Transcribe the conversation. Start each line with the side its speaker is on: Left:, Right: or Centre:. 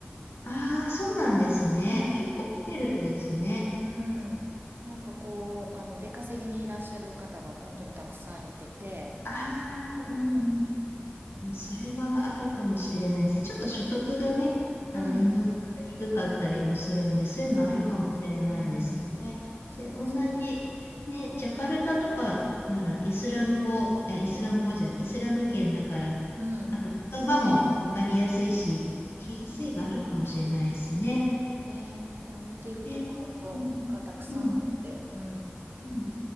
Left: ああ、そうなんですね。
Right: うん。
Left: 結構来てるんですね。
Right: うん。なんかこう、あの、出稼ぎにいらっしゃる方が本当にたくさんいてて。
Left: ああ、うん。
Right: うん。
Left: それはあるかもしれないですね。ちょっと所得がね、あの、
Right: うん。
Left: インドネシア低かったりもするんで、そういうのはあるかもしれないですね。
Right: うん。うん。そうですね。
Left: で、同じ、ね、ジャカルタとかなら、イスラム語、いやイスラム語じゃない、イスラム圏だから、
Right: うん。
Left: あと言葉もわかりやすいし、
Right: うん。
Left: 聞きやすいがあるかもしれないですね。
Right: ですね。こう、似ているところと、
Left: えーうん、
Right: がたくさんあって。
Left: うん、
Right: うん。
Left: うん